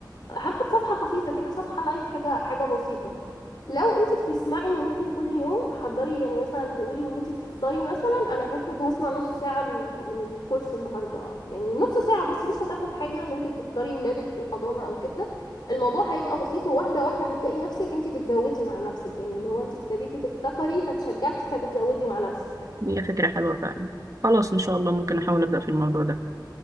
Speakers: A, on the left; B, on the right.
A: هاخد صفحة خفيفة كده صفحة لايت حاجة حاجة بسيطة لو انتي بتسمعي ممكن كل يوم تحضري يعني مثلا تقولي وانتي بتفطري مثلا انا هاخد هسمع نص ساعة من من الكورس النهاردة يعني نص ساعة بس مش هتاخد حاجة وانتي بتفطري ولادك في الحضانة او كده الموضوع هيبقى بسيط وواحدة واحدة هتلاقي نفسك انتي بتزودي مع نفسك يعني اللي هو انتي ابتديتي تفتكري فتشجعتي فبتزودي مع نفسك
B: هي فكرة حلوة فعلا خلاص إن شاء الله ممكن أحاول أبدأ في الموضوع ده